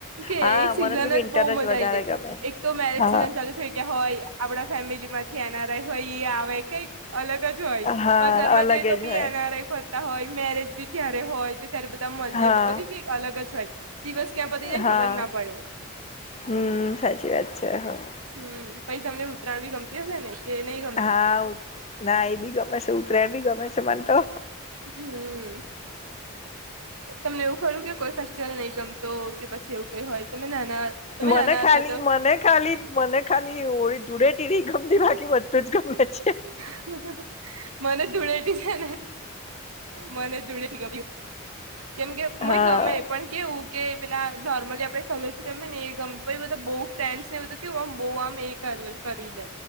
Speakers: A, on the right; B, on the left.
A: કે
B: હા
A: એ
B: મને
A: સિઝન
B: બી વિન્ટર
A: જ બહુ મજા
B: વધારે
A: આ આવી જાય
B: ગમે
A: એક તો મેરેજ
B: હા
A: સિઝન થઈ ગયા હોય, આપડા ફેમિલી માંથી એના હોય આવે કઈ અલગ જ હોય
B: હા
A: બજારમાં
B: અલગ
A: જઈ તો
B: જ
A: બી
B: હોય
A: એનઆરઆઈ ફર હોય મેરેજ બી ત્યારે હોય તો ત્યારે, બધા મળ
B: હા
A: બધી અલગ જ હોય દિવસ ક્યાં બધી જને
B: હા
A: ખબર ના પડે
B: હમ સાચી વાત છે, હા
A: હમ પછી તમને ઉત્તરાયણ ભી ગમતી હશે ને કે નહી ગમતી
B: હા ના એ બી ગમે છે ઉતરાયણ બી ગમે છે, મને તો
A: હમ્મ તમને એવું ખરું કે કોઈ ફેસ્ટિવલ નહી, ગમતો કે પછી એવું કઈ હોય તમે નાના તમે
B: મને
A: નાના
B: ખાલી
A: હતા તો
B: મને ખાલી મને ખાલી હોળી ને ધુળેટી નહી ગમતી બાકી બધું જ ગમે છે.
A: <unintelligible> મને ધુળટી હેને મને ધુળેટી ગમી કેમ કે
B: હા
A: મને ગમે પણ કેવું કે પેલા નોર્મલી આપણે કલર થી રમીએ ને કમ્પની માં તો બઉ ફ્રેન્ડસ ને બધું કેવું આમ બહુ આમ એ કરી લે કરી દે